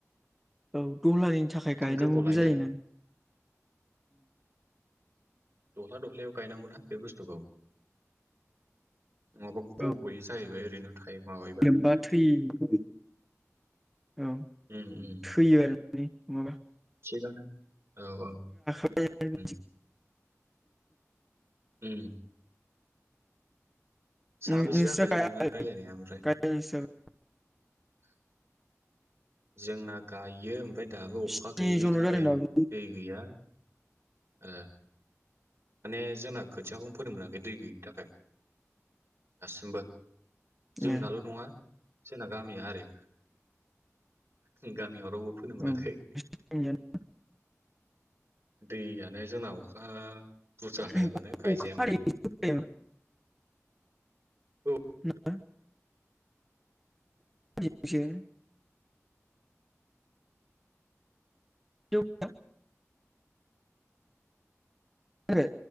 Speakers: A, in the centre; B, on the right.
A: औ दहलानि थाखाय गायनांगौबो
B: गोबाव लायो
A: जायो
B: आरो
A: नों।
B: दह्ला दह्लायाव गायनांगौ ना बे बुस्थुखौ। नङाबा गब'यो
A: औ
B: जाहैबाय ओरैनो थायो माबायोबा।
A: लोमबा थैयो औ।
B: उम उम
A: फैयो आरो मे मङाबा।
B: थिगानो औ औ।
A: <unintelligible>
B: उम ओम साबेसे
A: ओम नोंस्रा
B: जाखोलै
A: <unintelligible> गायाखै
B: नोंना रायलायनाया ओमफ्राय
A: नोंस्राबो
B: <inaudible> जोंना गायो ओमफ्राय दाबो अखा
A: स्नि
B: गैयैनि
A: जनल'
B: थाखाय
A: जादों दाबो
B: दै गैया। ओ। माने जोंना खोथियाखौनो फोनो मोनाखै दै गैयिनि थाखाय दासिमबो। जोंनाल'
A: ए
B: नङा जोंना गामिया आरो। जों गामियाव रावबो फोनो
A: औ
B: मोनाखै।
A: <inaudible>
B: दैयानो जोंना अखा बुरजा
A: <unintelligible>
B: हायाबानो गायजाया माने औ
A: <unintelligible> <unintelligible> <unintelligible> आरो